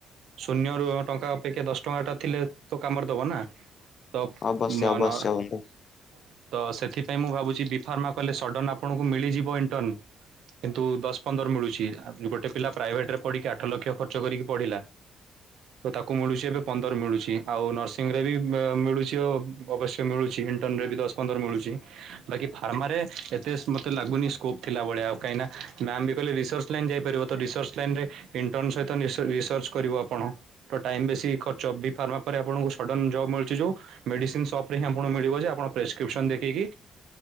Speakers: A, on the right; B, on the left.
A: ଶୂନ୍ୟରୁ ଟଙ୍କା ଅପେକ୍ଷା ଦଶ ଟଙ୍କାଟା ଥିଲେ ତ କାମରେ ଦବ ନା। ତ
B: ଅବଶ୍ୟ
A: ମାନ
B: ଅବଶ୍ୟ
A: ତ
B: ବନ୍ଧୁ
A: ସେଥିପାଇଁ ମୁଁ ଭାବୁଛି ବି ଫାର୍ମା କଲେ ସଡ଼ନ ଆପଣଙ୍କୁ ମିଳିଯିବ ଇଣ୍ଟର୍ନ। କିନ୍ତୁ ଦଶ ପନ୍ଦର ମିଳୁଛି ଗୋଟେ ପିଲା ପ୍ରାଇଭେଟରେ ପଢିକି ଆଠ ଲକ୍ଷ ଖର୍ଚ୍ଚ କରିକି ପଢିଲା। ତ ତାକୁ ମିଳୁଛି ଏବେ ପନ୍ଦର ମିଳୁଛି ଆଉ ନର୍ସିଂରେ ବି ମିଳୁଛି ଓ ଅବଶ୍ୟ ମିଳୁଛି ଇଣ୍ଟର୍ନରେ ବି ଦଶ ପନ୍ଦର ମିଳୁଛି ବାକି ଫାର୍ମାରେ ଏତେ ମତେ ଲାଗୁନି ସ୍କୋପ ଥିଲା ଭଳିଆ ଆଉ କାହିଁ ନା ମ୍ୟାମ ବି କହିଲେ ରିସର୍ଚ ଲାଇନ୍ ଯାଇପାରିବ ତ ରିସର୍ଚ ଲାଇନରେ ଇଣ୍ଟର୍ନ ସହିତ ରିସ ରିସର୍ଚ୍ଚ କରିବ ଆପଣ। ତ ଟାଇମ ବେଶୀ ଖର୍ଚ୍ଚ ବି ଫାର୍ମା ପରେ ଆପଣଙ୍କୁ ସଡନ ଜବ ମିଳୁଛି ଯୋଉ ମେଡ଼ିସିନ ସପ୍ ରେ ହିଁ ଆପଣ ମିଳିବ ଯେ ଆପଣ ପ୍ରେସ୍କ୍ରିପସନ ଦେଖିକି